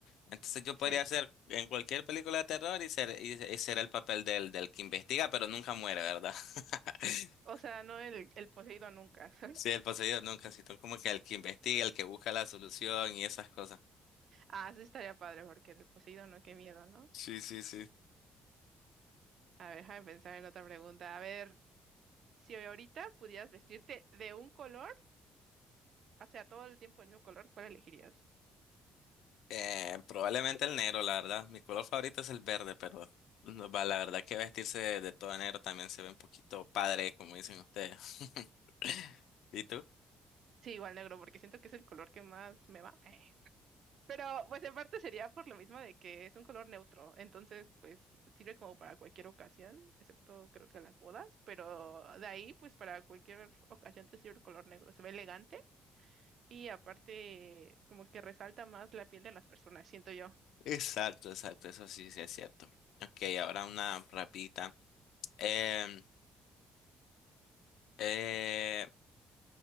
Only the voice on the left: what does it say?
Entonces yo podría
ser en cualquier película de terror y ser, y, y ser el papel del, del que investiga, pero nunca muere, ¿verdad? <laughs>
Sí, el poseído nunca, sino como que el que investiga, el que busca la solución y esas cosas.
Sí, sí, sí.
Eh, probablemente el negro, la verdad. Mi color favorito es el verde, pero no va, la verdad que vestirse de, de todo de negro también se ve un poquito padre, como dicen ustedes. <laughs> ¿Y tú?
Exacto, exacto, eso sí, sí es cierto. Ok, ahora una rapidita. Em, eh,